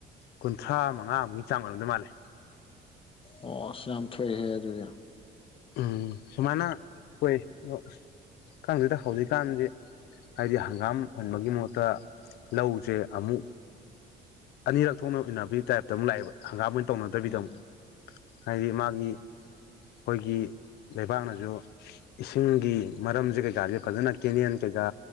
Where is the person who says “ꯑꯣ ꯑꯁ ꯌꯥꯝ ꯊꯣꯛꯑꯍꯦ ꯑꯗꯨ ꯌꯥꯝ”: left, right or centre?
Left